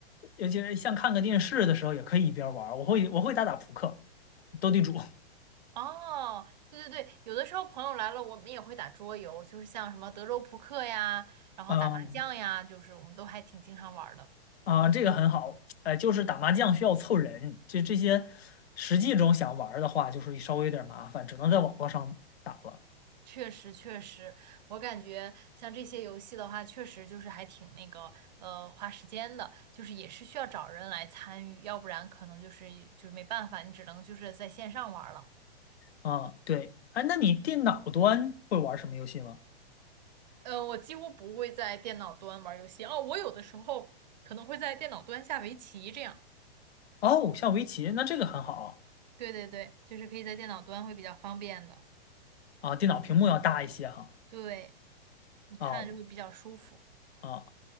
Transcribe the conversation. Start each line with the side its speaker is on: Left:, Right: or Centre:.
Left: 尤其是像看个电视的时候，也可以一边玩儿。我会我会打打扑克、斗地主，
Right: 哦，对对对，有的时候朋友来了，我们也会打桌游，就是像什么德州扑克呀，然后打麻将呀，
Left: 啊
Right: 就是我们都还挺经常玩儿的。
Left: 啊，这个很好。哎，就是打麻将需要凑人，这这些实际中想玩儿的话，就是稍微有点麻烦，只能在网络上打了。
Right: 确实，确实，我感觉像这些游戏的话，确实就是还挺那个，呃，花时间的，就是也是需要找人来参与，要不然可能就是就是没办法，你只能就是在线上玩儿了。
Left: 啊，对，哎，那你电脑端会玩什么游戏吗？
Right: 呃，我几乎不会在电脑端玩儿游戏，哦，我有的时候可能会在电脑端下围棋这样。
Left: 哦，下围棋，那这个很好
Right: 对对对，就是可以在电脑端会比较方便的，
Left: 啊，电脑屏幕要大一些哈。
Right: 对，你看就会比较舒服。
Left: 啊啊，